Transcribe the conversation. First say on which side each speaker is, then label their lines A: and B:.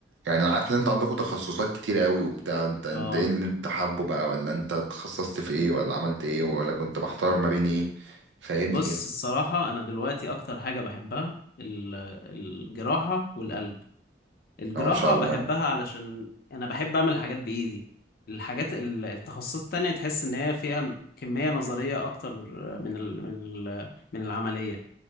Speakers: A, on the right; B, on the left.
A: يعني انا عارف ان انت عندكم تخصصات كتيرة قوي وبتاع انت انت
B: اه
A: ايه اللي انت حابه بقى ولا انت تخصصت في ايه ولا عملت ايه ولا كنت محتار ما بين ايه فاهمني
B: بص
A: كده
B: الصراحة انا دلوقتي اكتر حاجة بحبها ال- الجراحة والقلب الجراحة
A: اه ان شاء الله
B: بحبها علشان أنا بحب أعمل حاجات بإيدي الحاجات ال- التخصصات التانية تحس إن هي فيها كمية نظرية أكتر من ال من ال من العملية